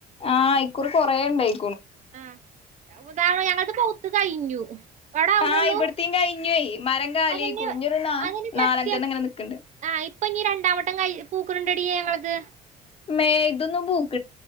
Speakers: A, on the left (about 35°); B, on the right (about 45°).
A: ആ ഇക്കുറി കൊറേ ഇണ്ടായി
B: ആ ഉദാണ ഞങ്ങൾക്ക് പൂത്ത് കഴിഞ്ഞു ഇവിടെ ആവണള്ളൂ
A: ആ ഇവിടത്തേം കയിഞ്ഞുപോയി മരം കാലിയായി
B: അതന്നെ
A: കുറഞ്ഞൊരു നാ
B: അതിന് സത്യം
A: നാലഞ്ചെണ്ണം അങ്ങനെ നിക്കണ്ട്
B: ആഹ് ഇപ്പൊ ഇനി രണ്ടാവട്ടം കയ് പൂക്കണുണ്ടോടിയെ ഞങ്ങളത്
A: മേ ഇതൊന്നും പൂക്ക്